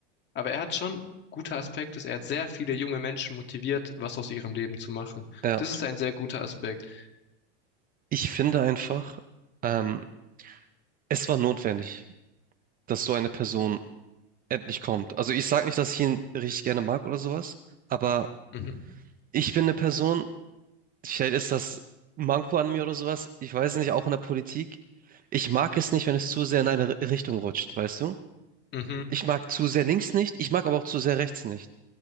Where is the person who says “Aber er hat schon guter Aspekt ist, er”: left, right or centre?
Left